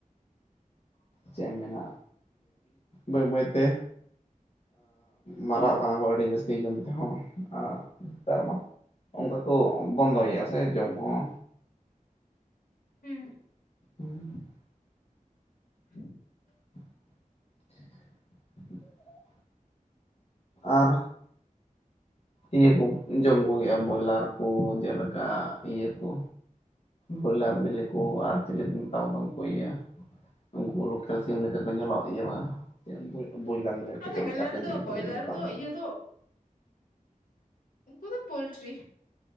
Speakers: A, on the left; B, on the left.
A: ᱪᱮᱫ ᱮᱢ ᱢᱮᱱᱟ ᱵᱟᱹᱭ ᱵᱟᱹᱭᱛᱮ ᱢᱟᱨᱟᱜ
B: ᱦᱩᱸ
A: ᱠᱟᱱᱟ ᱠᱚ ᱟᱹᱰᱤ ᱡᱟᱹᱥᱛᱤ ᱡᱚᱢ ᱛᱮᱦᱚᱸ ᱟᱨ, ᱱᱮᱛᱟᱨ ᱢᱟ ᱚᱱᱠᱟ ᱠᱚ ᱵᱚᱱᱫᱚ ᱭᱮᱜᱼᱟ ᱥᱮ ᱡᱚᱢ ᱠᱚᱦᱚᱸ
B: ᱦᱮᱸ
A: <inaudible>
B: <inaudible>
A: <inaudible> ᱟᱨ ᱤᱭᱟᱹ ᱠᱚ ᱡᱚᱢ ᱠᱚᱜᱮᱭᱟ ᱵᱚᱭᱞᱟᱨ ᱠᱚ ᱡᱮᱞᱮᱠᱟ ᱤᱭᱟᱹ ᱠᱚ ᱵᱚᱭᱞᱟᱨ ᱵᱤᱞᱤ ᱠᱚ ᱟᱨ ᱪᱤᱞᱤ ᱠᱚ ᱢᱮᱛᱟᱣ ᱠᱚᱣᱟ ᱩᱱᱠᱩ ᱤᱭᱟᱹ ᱩᱱᱠᱩ ᱞᱳᱠᱮᱞ ᱥᱤᱢ ᱞᱮᱠᱟ ᱠᱚ ᱧᱮᱞᱚᱜ ᱤᱭᱟᱹᱼᱟ ᱵᱚᱭᱞᱟᱨ ᱞᱮᱠᱟ,
B: ᱟᱫᱚ
A: ᱠᱮᱴᱮᱡ
B: ᱢᱮᱞᱟᱨ
A: ᱜᱮᱛᱟ ᱠᱚᱣᱟ
B: ᱫᱚ
A: ᱡᱤᱞ ᱪᱤᱞᱤ
B: ᱵᱚᱭᱞᱟᱨ
A: ᱠᱚ ᱢᱮᱛᱟ
B: ᱫᱚ
A: ᱠᱚᱣᱟ
B: ᱤᱭᱟᱹ ᱫᱚ ᱩᱱᱠᱩ ᱫᱚ ᱯᱳᱞᱴᱨᱤ,